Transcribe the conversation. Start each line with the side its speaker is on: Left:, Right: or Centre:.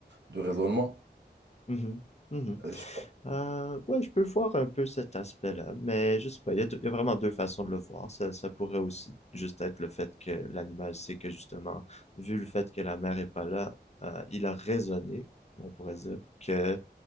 Right: du raisonnement.
Left: Mhm. Mhm. Mhm.
Right: Et je pense
Left: Euh, ouais, je peux voir un peu cet aspect-là, mais je sais pas, il y a, deux- il y a vraiment deux façons de le voir. Ça, ça pourrait aussi juste être le fait que l'animal sait que justement, vu le fait que la mère est pas là, euh, il a raisonné, on pourrait dire, que